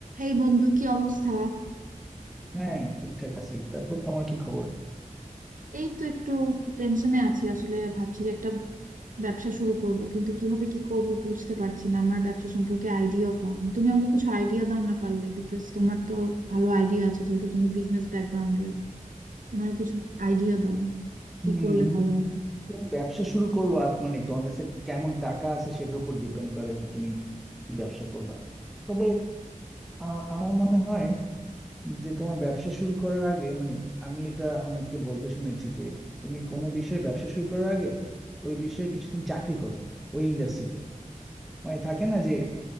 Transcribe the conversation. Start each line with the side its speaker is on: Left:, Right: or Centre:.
Right: এই বন্ধু কি অবস্থা
Centre: হ্যাঁ ঠিকঠাক আছে তারপর তোমার কি খবর
Right: এই তো একটু টেনশনে আছি আসলে ভাবছি যে একটা ব্যবসা শুরু করব কিন্তু কিভাবে কি করব বুঝতে পারছি না আমার ব্যবসা সম্পর্কে আইডিয়াও কম তুমি আমাকে কিছু আইডিয়া দাও না পারলে বিকজ তোমার তো ভালো আইডিয়া আছে যেহেতু তুমি বিজনেস ব্যাকগ্রাউন্ডের তোমার কিছু আইডিয়া দাও
Centre: হুম
Right: কি করলে ভালো হবে
Centre: তুমি ব্যবসা শুরু করবা মানে তোমার কাছে কেমন টাকা আছে সেটার উপর ডিপেন্ড করে আর কি তুমি কি ব্যবসা করবা তবে আহ, আমার মনে হয় যে তোমার ব্যবসা শুরু করার আগে মানে আমি এটা অনেককে বলতে শুনেছি যে তুমি কোনো বিষয়ে ব্যবসা শুরু করার আগে ওই বিষয়ে কিছুদিন চাকরি করো ওই ইন্ডাস্ট্রিতে মানে থাকে না যে